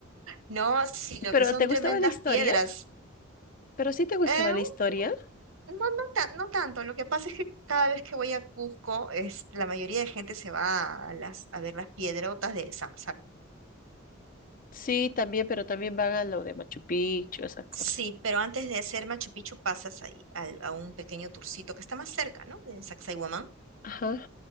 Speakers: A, on the right; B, on the left.
A: No, sí, lo
B: ¿Pero
A: que son
B: te gustaba
A: tremendas
B: la historia?
A: piedras.
B: ¿Pero sí te gustaba
A: Eh,
B: la
A: un-
B: historia?
A: no, no, tan- no tanto. Lo que pasa es que cada vez que voy a Cusco, es, la mayoría de gente se va a, las, a ver las piedrotas de Sa-
B: Sí, también, pero también van a lo de Machu Picchu, esa cosa.
A: Sí, pero antes de hacer Machu Picchu pasas ahí al- a, un pequeño turcito que está más cerca, ¿no? De Sacsayhuamán.
B: Ajá.